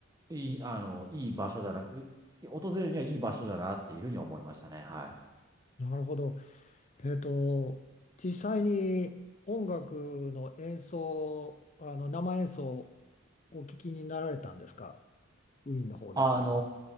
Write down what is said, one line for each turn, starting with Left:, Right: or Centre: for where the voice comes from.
Right: いい、あの、いい場所だな、う訪れるにはいい場所だなっていうふうに思いましたね。はい。
Left: なるほど。えっと、実際に音楽の演奏、あの生演奏をお聞きになられたんですか、ウィーンの方で。
Right: あの